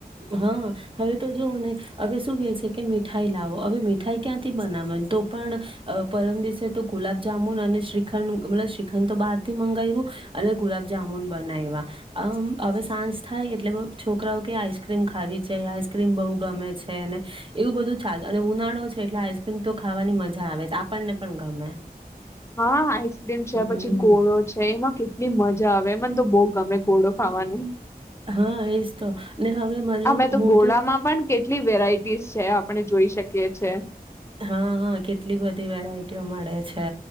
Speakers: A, on the right; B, on the left.
A: હા હવે તો જોવ ને હવે શું કે છે કે મીઠાઈ લાવો હવે મીઠાઈ ક્યાંથી બનાવા તો પણ અ પરમ દિવસે તો ગુલાબજામુન અને શ્રીખંડ મતલબ શ્રીખંડ તો બહાર થી મંગાવું અને ગુલાબજામુન બનાવવા હવે સાંજ થાય એટલે છોકરાઓ કે આઈસ્ ક્રીમ ખાવી છે આઈસ્ક્રીમ બહુ ગમે છે ને એવું બધું ચાલ અને ઉનાળો છે એટલે આઈસ્ક્રીમ તો ખાવાની મજા આવે છે આપણને પણ ગમે.
B: હા આઈસક્રીમ છે
A: હમ
B: પછી ઘોળો છે એમાં કેટલી મજા આવે. હવે મન તો બહ ગમે ઘોડો ખાવાનું.
A: હા એજ તો. ને હવે મતલબ
B: અમેં તો
A: હું
B: ઘોલામાં પણ કેટલી વેરાયટીસ છે આપણે જોઈ શકીએ. કે છે.
A: હા હા કેટલી બધી વેરાયટીઓ મળે છે